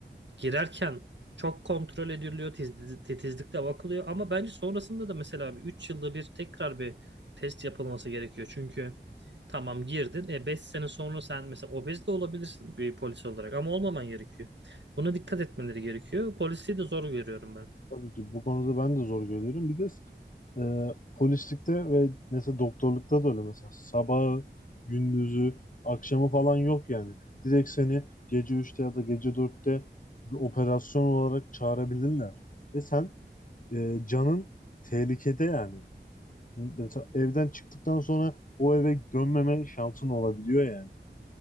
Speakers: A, on the right (about 75°); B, on the left (about 45°).
A: Girerken çok kontrol ediliyor, tiz- titizlikle bakılıyor ama bence sonrasında da mesela bir 3 yılda bir tekrar bir test yapılması gerekiyor. Çünkü tamam girdin, e 5 sene sonra sen mesela obez de olabilirsin bir polis olarak ama olmaman gerekiyor. Buna dikkat etmeleri gerekiyor. Polisi de zor görüyorum ben.
B: Tabii ki bu konuda ben de zor görüyorum. Bir de e, polislikte ve mesela doktorlukta da öyle mesela sabahı, gündüzü, akşamı falan yok yani. Direkt seni gece üçte ya da gece dörtte bir operasyon olarak çağırabilirler. Ve sen e, canın tehlikede yani. Mesela evden çıktıktan sonra o eve dönmeme şansın olabiliyor yani.